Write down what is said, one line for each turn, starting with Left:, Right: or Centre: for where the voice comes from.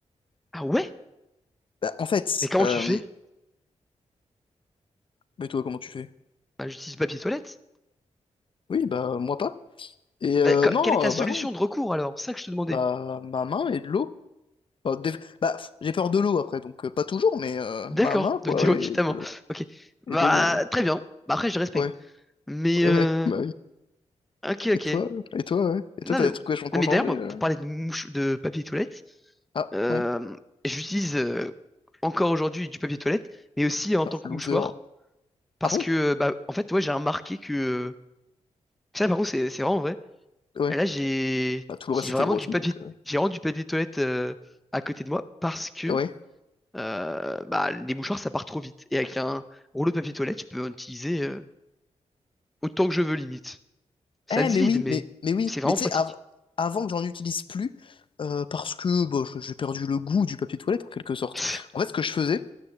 Centre: Ah ouais?
Left: Bah, en fait,
Centre: Mais comment
Left: euh,
Centre: tu fais?
Left: mais toi comment tu fais?
Centre: Bah, j'utilise papier toilette.
Left: Oui, bah moi pas. Et euh,
Centre: Bah, que-
Left: non,
Centre: quelle est ta solution
Left: euh, bah non,
Centre: de recours alors? C'est ça que je te demandais.
Left: bah ma main et de l'eau. Enfin, des- Bah pff, j'ai peur de l'eau après, donc euh, pas toujours, mais euh,
Centre: D'accord,
Left: ma main
Centre: donc
Left: quoi
Centre: t'es <laughs>
Left: et
Centre: justement.
Left: de,
Centre: Ok.
Left: et
Centre: Bah
Left: de l'eau.
Centre: très bien. Bah après je respecte.
Left: Ouais,
Centre: Mais
Left: ouais,
Centre: euh...
Left: ouais, <laughs> bah oui.
Centre: Ok, ok.
Left: Et toi? Et toi, ouais. Et
Centre: Non,
Left: toi, t'as
Centre: mais,
Left: des
Centre: non,
Left: trucs vachement qui
Centre: mais
Left: ont changé?
Centre: d'ailleurs, moi,
Left: euh
Centre: pour parler de mouche de papier toilette,
Left: Ah,
Centre: euh,
Left: ouais.
Centre: j'utilise euh, encore aujourd'hui du papier toilette, mais aussi en
Left: Ah,
Centre: tant que
Left: loser.
Centre: mouchoir. Parce
Left: Ah bon?
Centre: que euh, bah en fait ouais j'ai remarqué que. Ça par contre c'est c'est vraiment vrai.
Left: Ouais.
Centre: Là j'ai
Left: Bah, tout le
Centre: j'ai
Left: reste, c'était
Centre: vraiment
Left: vrai
Centre: du
Left: aussi,
Centre: papier
Left: donc... euh,
Centre: j'ai vraiment du papier toilette euh, à côté de moi parce que
Left: Ouais.
Centre: euh, bah, les mouchoirs, ça part trop vite. Et avec un rouleau de papier toilette, je peux en utiliser euh, autant que je veux, limite. Ça
Left: Eh,
Centre: se
Left: mais
Centre: vide,
Left: oui,
Centre: mais
Left: mais, mais oui.
Centre: c'est vraiment
Left: Mais tu
Centre: pratique.
Left: sais, av- avant que j'en utilise plus, euh, parce que bah, je- j'ai perdu le goût du papier toilette, en quelque sorte.
Centre: <laughs>
Left: En fait, ce que je faisais,